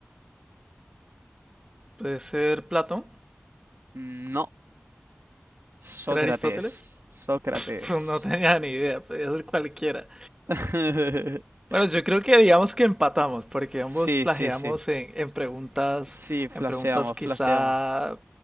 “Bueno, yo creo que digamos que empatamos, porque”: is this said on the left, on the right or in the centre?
Right